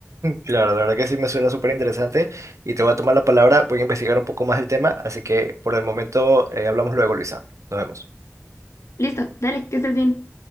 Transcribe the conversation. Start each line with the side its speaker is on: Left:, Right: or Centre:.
Right: Claro, la verdad que sí me suena súper interesante y te voy a tomar la palabra, voy a investigar un poco más el tema, así que por el momento eh, hablamos luego, Luisa. Nos vemos.
Left: Listo, dale, que estés bien.